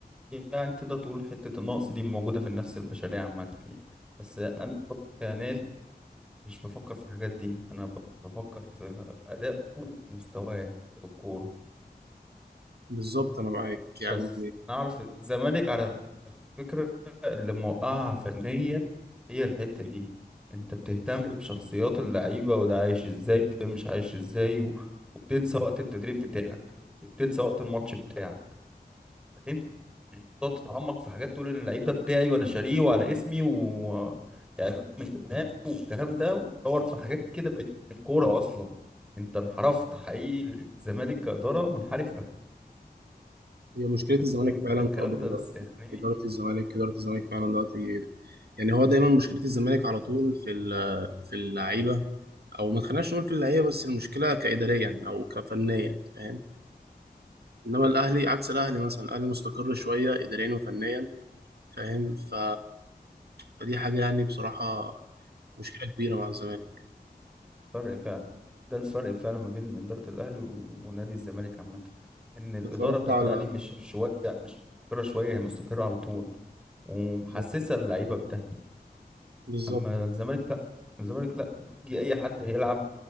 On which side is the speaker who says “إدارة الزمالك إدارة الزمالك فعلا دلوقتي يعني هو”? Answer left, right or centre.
Right